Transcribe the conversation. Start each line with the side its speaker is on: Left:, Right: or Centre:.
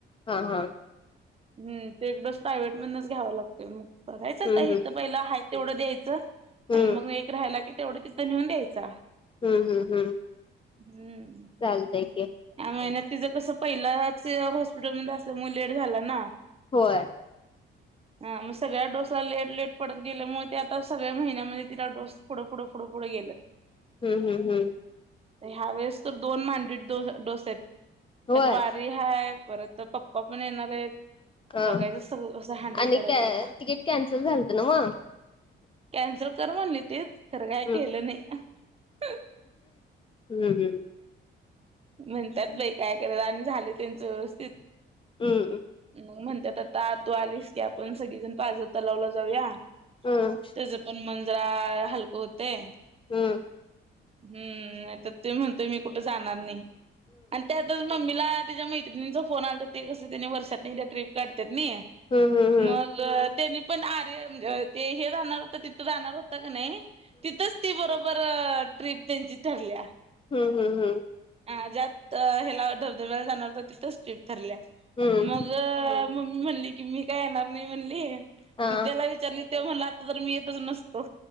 Left: हा हा
Right: हम्म ते एक डोस प्रायव्हेट मधनंच घ्यावा लागतोय मग बघायचं
Left: हम्म
Right: पहिला हा तेवढं द्यायचं
Left: हम्म
Right: आणि मग एक राहायला की तेवढं तिथं नेऊन द्यायचा
Left: हम्म हम्म हम्
Right: हम्म
Left: चालत क
Right: या महिन्यातिचं कसं पहिलाच हॉस्पिटलमध्येध्ये असलं मग लेट झाला ना
Left: होय
Right: हां मग सग्या डोस लेट लेट पडत गेल्यामुळे ते आता सगळ्या महिन्यामध्ये तिला डोस फुों फुडं फढं फुढं गेलात
Left: हम्म हम् हम्म
Right: ह्या वेळेस तर दोन मांडीो डोसे आहेत त्यात
Left: होय
Right: वार री हाय परत पप्पा पण येणार आहेत
Left: हा
Right: बघायचं सगळं कसं हँडल
Left: आणि
Right: करायचं
Left: काय
Right: आता
Left: तिकीट कॅन्सल झालत ना मग
Right: कॅन्सल कर म्हणली ते करगय
Left: हम्म
Right: कल नाहीके
Left: हम्म
Right: म्हणतात बाई काय कराल आणि झाले त्यांच व्यवस्थित
Left: हम्म
Right: मग म्हणतात आता तू आलीस की आपण सगळीजण पाजरता लावला जाऊया
Left: हम्म
Right: त्याच पण मंजरा हलकं होते
Left: हम्म
Right: हम्म नाही तर ते म्हणतोय मी कुठे जाणार नाही. आणि त्यातच मम्मीला त्याच्या मैत्रिणीचा फोन आत ते कसं त्याने वर्षातने एकदा ट्र्रीप काढतात नाही
Left: हम् हम हम्.
Right: मग त्यांनी पण आर्य म्हण ते हे राहणार होत तिथं राहणार होत क नाही तिथंच बरोबर ट्रीप त्यांची ठरली
Left: हम् हम् हम्
Right: ह ज्यात ह्याला धबधब्याला जाणार होत तिथंच ट्रीप ठरल्या
Left: हम्म
Right: मग मम्मी म्हणली की मी काय येणार नाही म्हणली
Left: हा
Right: मग त्याला विचार ते म्हणला आता तर मी येतच नसतो